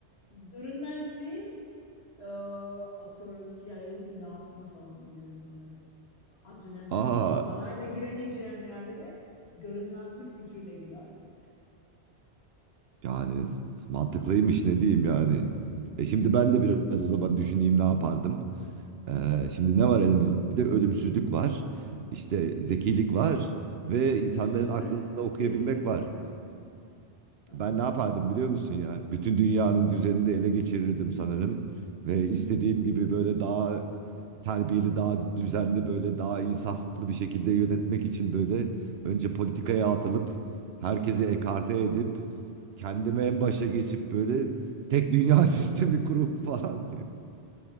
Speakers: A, on the left (about 65°); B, on the right (about 70°).
A: Görünmezliği e, atıyorum CIA'nin binasına falan girerim böyle. Adrenalinli,
B: <laughs> Aa
A: parayla giremeyeceğim yerlere görünmezlik gücüyle girerdim.
B: yani mantıklıymış ne diyeyim yani. E şimdi ben de biraz o zaman düşüneyim ne yapardım. Ee, şimdi ne var elimizde? Ölümsüzlük var. İşte zekilik var ve insanların
A: Ölümsüzlük
B: aklını okuyabilmek
A: zekirlik
B: var.
A: evet. o. Tamam.
B: Ben ne yapardım biliyor musun ya? Bütün dünyanın düzenini ele geçirirdim sanırım ve istediğim gibi böyle daha terbiyeli, daha düzenli böyle daha insaflı bir şekilde yönetmek için böyle önce politikaya atılıp herkesi ekarte edip
A: <laughs>
B: kendimi en başa geçip böyle tek dünya <laughs> sistemi kurup falan